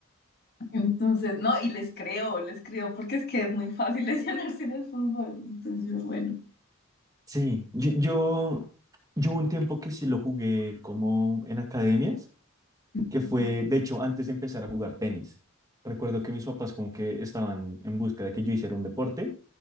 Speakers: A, on the left; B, on the right.
A: Entonces, no, y les creo, les creo, porque es que es muy fácil <laughs> lesionarse en el fútbol. Entonces, yo, bueno.
B: Sí, yo, yo, yo hubo un tiempo que sí lo jugué como en academias que
A: Ujú,
B: fue, de hecho, antes de empezar a jugar tenis. Recuerdo que mis papás como que estaban en busca de que yo hiciera un deporte